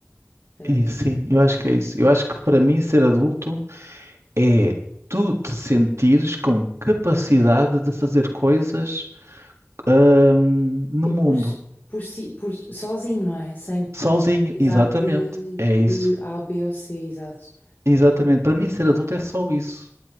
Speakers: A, on the left; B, on the right.
A: eh,
B: E sim, eu acho que é isso. Eu acho que para mim ser adulto é tu te sentires com capacidade de fazer coisas, hum, no
A: tipo,
B: mundo,
A: por, si- por si, por sozinho, não é? Sem,
B: sozinho.
A: Precisar
B: Exatamente,
A: de,
B: é isso.
A: de A, B ou C, exato.
B: Exatamente. Para mim ser adulto é só isso.